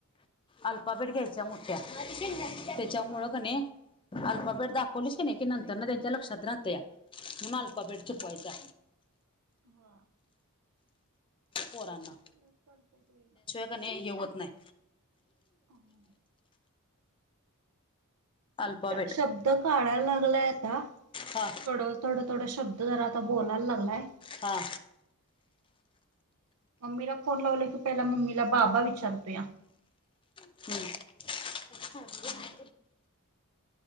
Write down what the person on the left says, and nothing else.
अल्पा बेट घ्यायच्या मोठ्या त्याच्या
मुळकने अल्प बेट दाखवली की नाही की नंतर ना त्यांच्या द्रात राहात
या म्हून अल्पा
बेड छुपवायच्या
पौरांना
ने हे होत नाही
अल्फाबेट
हा
हा
हम्